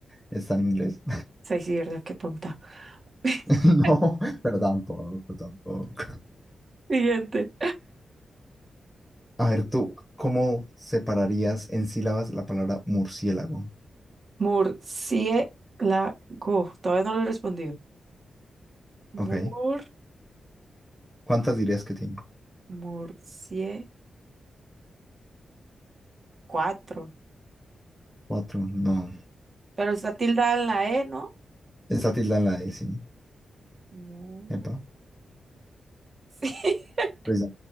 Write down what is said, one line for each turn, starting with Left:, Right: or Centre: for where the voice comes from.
Centre: está en inglés.
Right: sí, sí, verdad, qué tonta. <laughs>
Centre: <laughs> No, pero tampoco, tampoco.
Right: Siguiente.
Centre: A ver, tú, ¿cómo separarías en sílabas la palabra murciélago?
Right: Murciélago. Todavía no le he respondido. Mur,
Centre: Ok. ¿Cuántas dirías que tiene?
Right: murciélago. Cuatro.
Centre: Cuatro. No.
Right: Pero está tildada en la E, ¿no?
Centre: Está tilda en la E, sí.
Right: Mur.
Centre: Epa.
Right: <laughs>
Centre: Precisa-